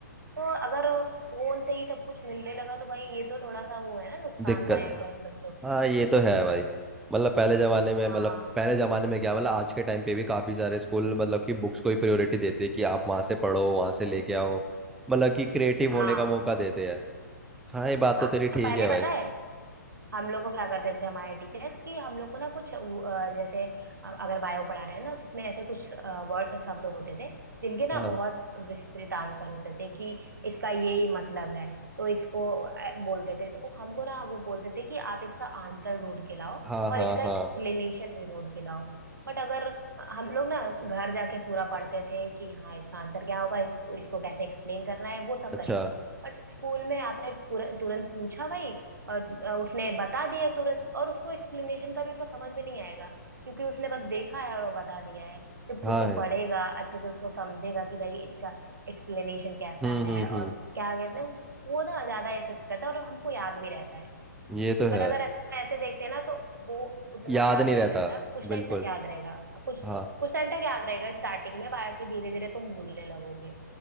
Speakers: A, on the right; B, in the centre.
A: तो अगर फोन से ही सब कुछ मिलने लगा तो भाई ये तो थोड़ा सा वो है ना नुकसानदायक
B: दिक्कत
A: है बच्चों के
B: हाँ
A: लिए
B: ये तो है भाई मतलब पहले जमाने में
A: हाँ
B: मतलब पहले जमाने में क्या मतलब आज के टाइम पे भी काफी सारे स्कूल मतलब कि बुक्स को ही प्रायोरिटी देते हैं कि आप वहां से पढ़ो वहां से लेके आओ मतलब कि क्रिएटिव
A: हाँ
B: होने का मौका देते हैं हाँ ये बात
A: हाँ
B: तो तेरी ठीक
A: पहले
B: है
A: पता
B: भाई
A: है हम लोग को क्या करते थे हमारे टीचर्स कि हम लोग को ना कुछ वो, अ, जैसे अ- अगर बायो पढ़ा रहे हैं ना तो उसमें ऐसे कुछ वर्ड शब्द होते थे जिनके ना
B: हाँ
A: बहुत विस्तृत आंसर होते थे कि इसका ये ही मतलब है तो इसको अ, बोलते थे तो हमको ना वो बोलते थे कि आप इसका आंसर ढूंढ के लाओ
B: हाँ
A: और
B: हाँ
A: इसका
B: हाँ
A: एक्सप्लेनेशन भी ढूंढ के लाओ बट अगर हम लोग ना घर जाके पूरा पढ़ते थे कि हाँ इसका आंसर क्या होगा इस, इसको कैसे एक्सप्लेन करना है वो सब
B: अच्छा
A: करेंगे बट स्कूल में आपने पूरा तुरंत पूछा भाई और अ, उसने बता दिया तुरंत और उसको एक्सप्लेनेशन का भी उतना समझ में नहीं आएगा क्योंकि उसने बस देखा है और वो बता दिया है जब
B: हाँ
A: खुद से
B: है
A: पढ़ेगा अच्छे से उसको समझेगा कि भाई इसका एक्सप्लेनेशन कैसा
B: हम्म
A: है
B: हम्म हम्म
A: और क्या कहते हैं वो ना ज्यादा ये सब करता है और हमको याद भी रहता है
B: ये तो
A: बट
B: है
A: अगर ऐसे देखते हैं ना तो वो उतना
B: याद
A: याद
B: नहीं
A: नहीं
B: रहता
A: रहता कुछ
B: बिल्कुल
A: टाइम तक याद रहेगा कुछ
B: हाँ
A: कुछ टाइम तक याद रहेगा स्टार्टिंग में बाकी धीरे धीरे तुम भूलने लगोगे